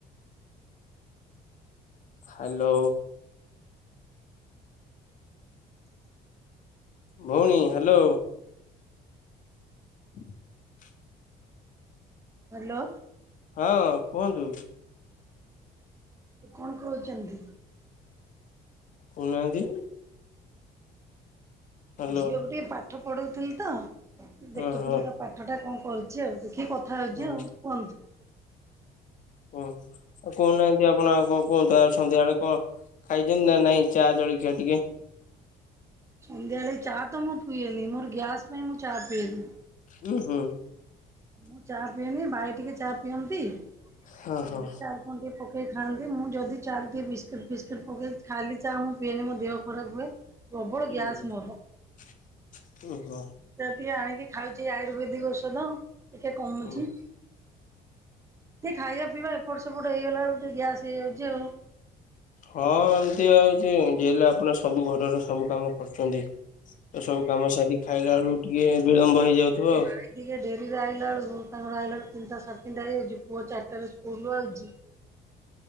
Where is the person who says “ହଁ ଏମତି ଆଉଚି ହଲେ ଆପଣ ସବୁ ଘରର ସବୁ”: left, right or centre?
Left